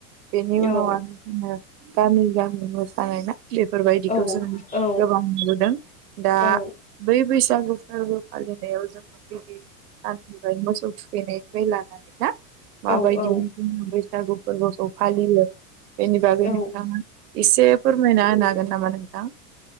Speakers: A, on the right; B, on the left.
A: बेनि उनाव
B: औ
A: आरो जोङो गामि गामि मोसानाय ना बेफोरबायदिखौ
B: औ
A: जोङो
B: औ
A: गोबां नुबोदों दा
B: औ
A: बै बैस बैसागु फोरबो फालिनायाव जों गिबि साननि मोसौ थुफैनायफ्राय लानानै ना मा
B: औ
A: बायदि बैसागु फोरबोखौ फालियो बेनि बागै
B: औ
A: नोंथाङा एसे फोरमायना होनानै गोन नामा नोंथां